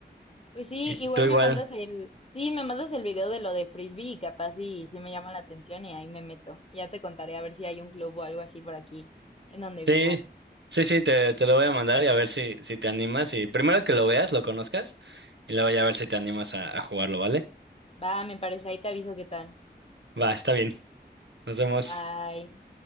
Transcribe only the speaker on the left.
pues sí,
igual
me mandas el, sí, me mandas el video de lo de Frisbee y capaz sí sí me llama la atención y ahí me meto. Y ya te contaré a ver si hay un club o algo así por aquí, en donde
vivo.
Va, me parece, ahí te aviso qué tal.
Bye.